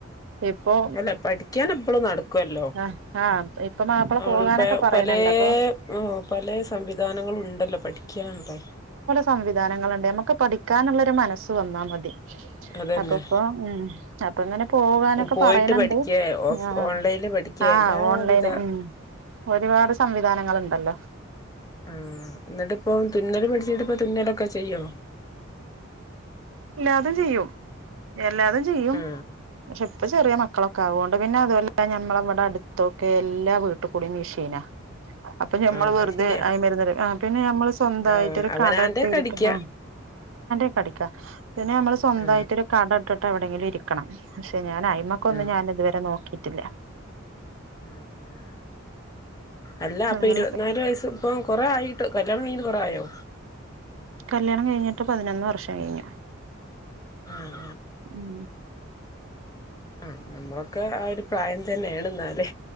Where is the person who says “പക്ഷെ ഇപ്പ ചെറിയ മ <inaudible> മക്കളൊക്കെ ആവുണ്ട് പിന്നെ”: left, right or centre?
Right